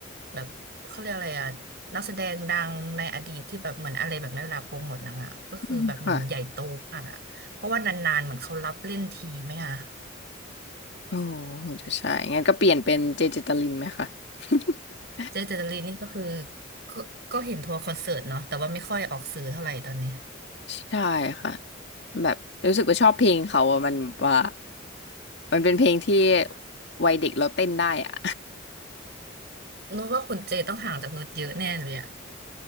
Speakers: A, on the right; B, on the left.
A: แบบเขาเรียกอะไรอะนักแสดงดังในอดีตที่แบบเหมือนอะไรแบบในเวลาโปรโมทหนังอะก็คือแบบเหมือนใหญ่โตมากอะเพราะว่านานๆเหมือนเขารับเล่นทีไหมอะ
B: ืค่ะโอ้โหคงจะใช่งั้นก็เปลี่ยนเป็นเจเจตลินไหมคะ <laughs>
A: เจเจตลินนี่ก็คือก็ก็เห็นทัวร์คอนเสิร์ตเนาะแต่ว่าไม่ค่อยออกสื่อเท่าไหร่ตอนนี้
B: ใช่ค่ะแบบรู้สึกว่าชอบเพลงเขาอะมันแบบว่ามันเป็นเพลงที่วัยเด็กเราเต้นได้อ่ะ
A: นุชว่าคุณเจต้องห่างจากนุชเยอะแน่เลยอะ